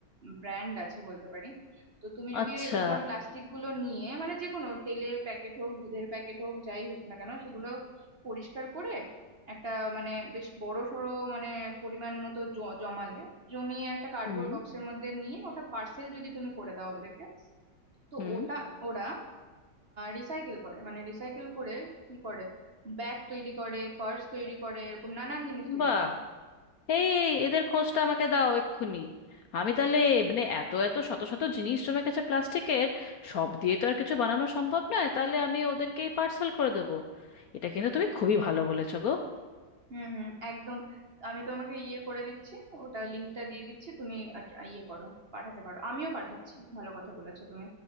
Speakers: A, on the right; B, on the left.
A: ব্র্যান্ড আছে বলতে পারি তো তুমি যদি
B: আচ্ছা
A: তোমার প্লাস্টিক গুলো নিয়ে মানে যে কোনো তেলের প্যাকেট হোক দুধের প্যাকেট হোক যাই হোক না কেন সেগুলো পরিষ্কার করে একটা মানে বেশ বড় সড়ো মানে পরিমাণ মতো জ- জমালে জমিয়ে একটা কার্ডবোর্ড
B: হুম
A: বক্সের মধ্যে নিয়ে ওটা পার্সেল যদি তুমি করে দাও ওদেরকে তো
B: হুম
A: ওটা ওরা রিসাইকেল করে মানে রিসাইকেল করে কি করে ব্যাগ তৈরি করে পার্স তৈরি করে এরকম নানান জিনিস তৈরি
B: বাহ
A: করে
B: এই এই এদের খোঁজটা আমাকে দাও এক্ষুনি আমি তাহলে মানে এত এত শত শত জিনিস জমে গেছে প্লাস্টিকের সব দিয়ে তো আর কিছু বানানো সম্ভব নয় তাহলে আমি ওদেরকেই পার্সেল করে দেবো এটা কিন্তু তুমি খুবই ভালো বলেছো গো
A: হুম হুম একদম আমি তোমাকে ইয়ে করে দিচ্ছি ওটা লিঙ্কটা দিয়ে দিচ্ছি তুমি আট- ইয়ে করো পাঠাতে পারো আমিও পাঠাচ্ছি ভালো কথা বলেছো তুমি